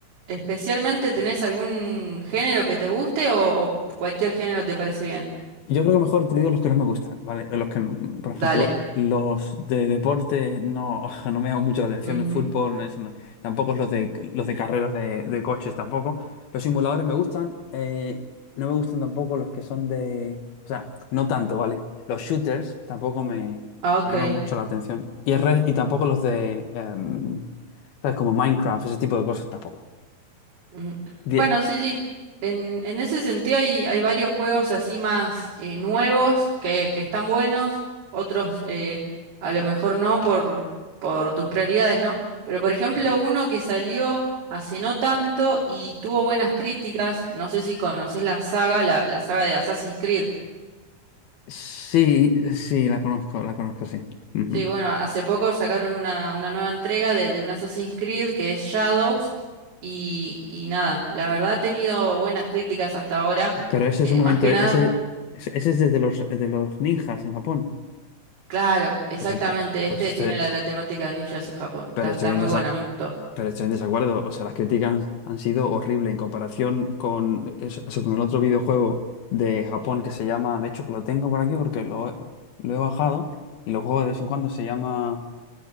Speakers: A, on the right; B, on the left.
A: especialmente, ¿tenés algún género que te guste o, o cualquier género te parece bien?
B: Yo creo que mejor te digo los que no me gustan, ¿vale? Los que, por
A: Dale.
B: ejemplo, los de deporte no, <laughs> no me llaman mucho la atención,
A: Ujú.
B: el fútbol, eso no. Tampoco los de los de carreras de, de coches tampoco. Los simuladores me gustan, eh, no me gustan tampoco los que son de, o sea, no tanto, ¿vale? Los shooters tampoco me,
A: Ah, ok.
B: me llaman mucho la atención. Y el re- y tampoco los de, em, ¿sabes? Como Minecraft, ese tipo de cosas tampoco.
A: Ujú.
B: Die-
A: Bueno, sí, sí. En, en ese sentido hay, hay varios juegos así más eh, nuevos que, que están buenos, otros eh, a lo mejor no por, por tus prioridades, ¿no? Pero por ejemplo, uno que salió hace no tanto y tuvo buenas críticas, no sé si conoces la saga, la, la saga de Assassin's Creed.
B: Sí, sí, la conozco, la conozco, sí. Ujú.
A: Sí, bueno, hace poco sacaron una, una nueva entrega de, de un Assassin's Creed que es Shadows y, y nada, la verdad ha tenido buenas críticas hasta ahora.
B: Pero ese
A: eh,
B: es un momento,
A: más que
B: ese,
A: nada,
B: ese es desde los, de los ninjas en Japón.
A: claro, exactamente,
B: Pues, este- pues
A: este
B: este,
A: tiene la, la temática de ninjas en Japón.
B: pero
A: Está,
B: estoy
A: está muy
B: en desa-
A: buena, a mí me gustó.
B: pero estoy en desacuerdo. O sea, las críticas han sido horribles en comparación con, eso- eso, con el otro videojuego de Japón que se llama, de hecho que lo tengo por aquí porque lo, lo he bajado y lo juego de vez en cuando, se llama